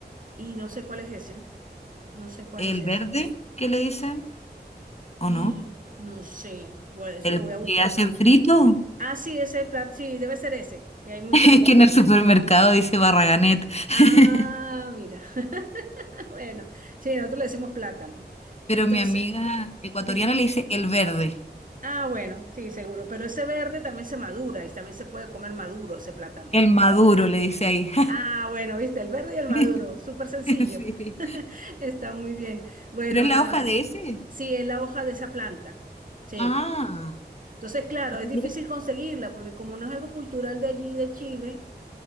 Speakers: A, on the right (about 50°); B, on the left (about 35°).
A: y no sé cuál es ese, no sé cuál
B: el
A: es ese.
B: verde que le dicen, ¿o
A: Y
B: no?
A: no sé, bueno, eso
B: ¿El
A: lo voy a buscar
B: que hacen
A: también.
B: frito?
A: Ah, sí, ese plátano, sí, debe ser ese, que hay
B: <laughs>
A: mucho
B: Es
A: en...
B: que en el supermercado dice barraganet, <laughs>
A: Ah, mira. <laughs> Bueno, sí, nosotros le decimos plátano.
B: pero
A: Entonces,
B: mi amiga ecuatoriana
A: sí.
B: le dice el verde,
A: Ah, bueno, sí, seguro. Pero ese verde también se madura y también se puede comer maduro ese plátano.
B: el maduro le dice ahí.
A: Ah, bueno, viste, el verde y el maduro,
B: <laughs>
A: súper sencillo.
B: Sí.
A: <laughs> Está muy bien. Bueno,
B: ¿Pero es
A: nada.
B: la hoja de ese?
A: Sí, es la hoja de esa planta. Sí.
B: Ah,
A: Entonces, claro, es difícil
B: mira.
A: conseguirla porque como no es algo cultural de allí, de Chile,